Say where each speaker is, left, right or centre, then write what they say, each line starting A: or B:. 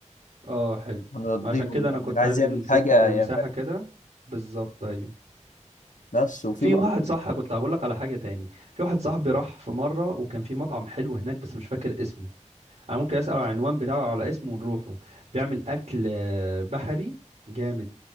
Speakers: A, on the right (about 65°); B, on the left (about 85°).
A: اه حلو
B: هنرضيهم
A: عشان كده انا
B: يعني
A: كنت
B: اللي عايز
A: عايز
B: يعمل
A: نسيب
B: حاجة
A: مساحة
B: يعمل
A: كده بالظبط ايوه
B: بس وفي
A: في
B: برضه
A: واحد صح كنت هقول لك على حاجة تاني في واحد صاحبي راح في مرة وكان في مطعم حلو هناك بس مش فاكر اسمه انا ممكن اسأل على العنوان بتاعه على اسمه ونروحه بيعمل اكل آه، بحري جامد